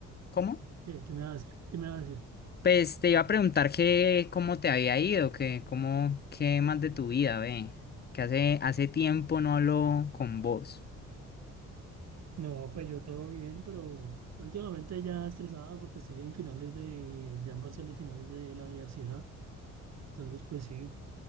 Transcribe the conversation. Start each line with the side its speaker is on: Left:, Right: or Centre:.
Left: ¿Cómo?
Right: ¿qué, qué me va a decir? ¿Qué me va a decir?
Left: Pues te iba a preguntar que cómo te había ido, que cómo, qué más de tu vida, ve. Que hace, hace tiempo no hablo con vos.
Right: No, pues yo todo bien, pero últimamente ya estresada porque estoy en finales de, ya en parciales finales de la universidad. Entonces, pues sí,